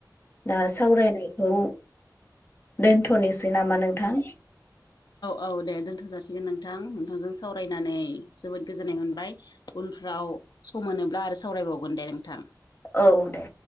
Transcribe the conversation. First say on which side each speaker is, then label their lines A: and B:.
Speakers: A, on the left (about 30°); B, on the left (about 70°).
A: दा सावरायनायखौ दोनथ'निसै नामा नोंथां?
B: औ दे दोनथ जासिगोन। दे नोंथां नोंथांजों सावरायनानै जोबोद गोजोननाय मोनबाय। उनफ्राव सम मोनोब्ला आरो सावरायबावगोन दे नोंथां।
A: औ दे।